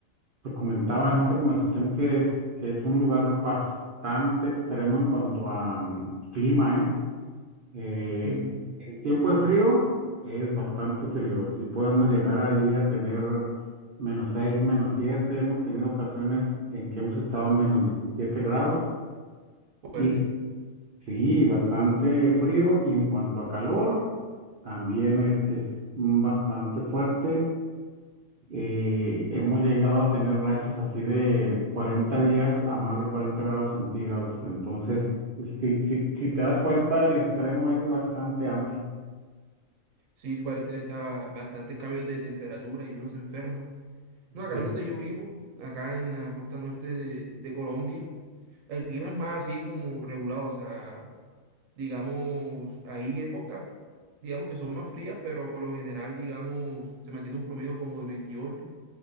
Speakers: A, on the right (about 55°); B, on the right (about 80°).
A: te comentaba en otra conversación que es, que es un lugar bastante extremo en cuanto a mm, clima, ¿eh? Eh,
B: Mm,
A: en tiempo de frío es bastante frío. Sí podemos llegar ahí a tener menos 6, menos siete, Hemos tenido ocasiones en que hemos estado en menos
B: uf,
A: diecisiete grados.
B: fuerte,
A: Y sí, bastante frío. Y en cuanto a calor, también es, es bastante fuerte. Eh, hemos llegado a tener rachas así de, de 40 días a más de 40 grados centígrados. Entonces, si, si si te das cuenta, el extremo es bastante amplio.
B: sí, fuerte, esa, bastantes cambios de temperatura y uno se enferma. No, acá
A: Sí.
B: donde yo vivo, acá en la costa norte de, de Colombia, el clima es más así como regulado, o sea, digamos, hay épocas, digamos que son más frías, pero por lo general, digamos, se mantiene un promedio como de 28.